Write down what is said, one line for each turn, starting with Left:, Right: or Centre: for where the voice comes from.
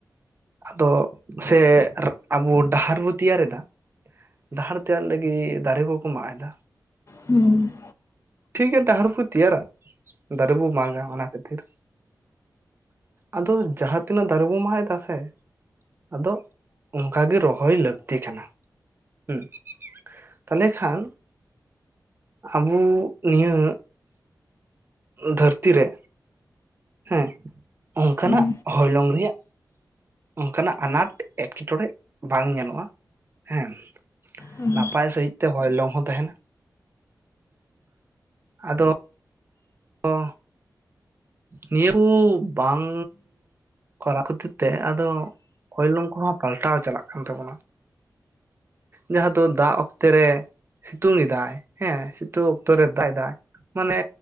Right: ᱟᱫᱚ ᱥᱮ ᱟᱵᱚ ᱰᱟᱦᱟᱨ ᱵᱚ ᱛᱮᱭᱟᱨᱮᱫᱟ ᱰᱟᱦᱟᱨ ᱛᱮᱭᱟᱨ ᱞᱟᱹᱜᱤᱫ ᱫᱟᱨᱮ ᱠᱚᱠᱚ ᱢᱟᱜᱽ ᱮᱫᱟ᱾
Left: ᱦᱩᱸ
Right: ᱴᱷᱤᱠ ᱜᱮᱭᱟ ᱰᱟᱦᱟᱨ ᱠᱚ ᱛᱮᱭᱟᱨᱟ ᱾ ᱫᱟᱨᱮ ᱵᱚ ᱢᱟᱜᱟ ᱚᱱᱟ ᱠᱷᱟᱹᱛᱤᱨ᱾ ᱟᱫᱚ ᱡᱟᱦᱟᱸ ᱛᱤᱱᱟᱹᱜ ᱫᱟᱨᱮ ᱵᱚᱱ ᱢᱟᱜ ᱮᱫᱟ ᱥᱮ ᱟᱫᱚ ᱚᱱᱠᱟ ᱜᱮ ᱨᱚᱦᱚᱭ ᱞᱟᱹᱠᱛᱤ ᱠᱟᱱᱟ᱾ ᱦᱮᱸ ᱛᱟᱦᱚᱞᱮ ᱠᱷᱟᱱ ᱟᱵᱚ ᱱᱤᱭᱟᱹ ᱫᱷᱟᱹᱨᱛᱤ ᱨᱮ ᱦᱮᱸ ᱚᱱᱠᱟᱱᱟᱜ
Left: ᱦᱩᱸ
Right: ᱦᱚᱞᱚᱝ ᱨᱮᱭᱟᱜ ᱚᱱᱠᱟᱱᱟᱜ ᱟᱱᱟᱴ ᱮᱸᱴᱠᱮᱴᱚᱬᱮ ᱵᱟᱝ ᱧᱮᱞᱚᱜᱼᱟ ᱦᱮᱸ᱾
Left: ᱦᱩᱸ
Right: ᱱᱟᱯᱟᱭ ᱥᱟᱺᱦᱤᱡ ᱛᱮ ᱦᱚᱭᱞᱚᱝ ᱦᱚᱸ ᱛᱟᱦᱮᱱᱟ ᱟᱫᱚ ᱚ ᱱᱤᱭᱟᱹ ᱠᱚ ᱵᱟᱝ ᱠᱚᱨᱟᱣ ᱠᱷᱟᱹᱛᱤᱨ ᱛᱮ ᱟᱫᱚ᱾ ᱠᱚᱭᱞᱚᱝ ᱠᱚᱦᱚᱸ ᱯᱟᱞᱴᱟᱣ ᱪᱟᱞᱟᱜ ᱠᱟᱱ ᱛᱟᱵᱚᱱᱟ᱾ ᱡᱟᱦᱟᱸ ᱫᱚ ᱫᱟᱜᱽ ᱚᱠᱛᱮ ᱨᱮ ᱥᱤᱛᱩᱝ ᱮᱫᱟᱭ ᱦᱮᱸ ᱥᱤᱛᱩᱝ ᱚᱠᱛᱚ ᱨᱮᱭ ᱫᱟᱜ ᱮᱫᱟᱭ ᱢᱟᱱᱮ